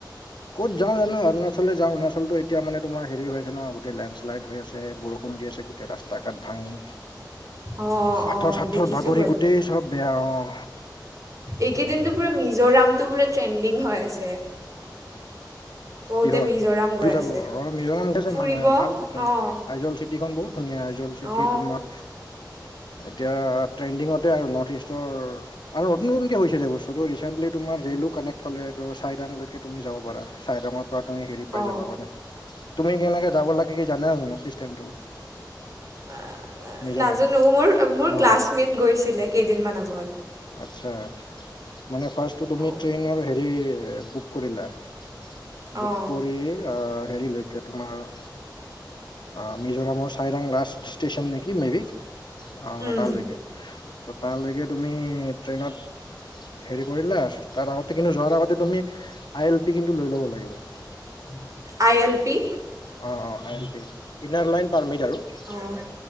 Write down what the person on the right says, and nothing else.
অঁ
অঁ
দেখিছোঁ
এইকেইদিনটো পুৰা মিজোৰামটো পুৰা ট্ৰেণ্ডিং হৈ আছে। বহুতে
মিজোৰাম গৈ আছে
ফুৰিব
অ
অ
অ
<unintelligible>
নাজানো মোৰ-মোৰ
ক্লাছমেট গৈছিলে কেইদিনমান আগত।
অ
অ
উম
আই এল পি
অঁ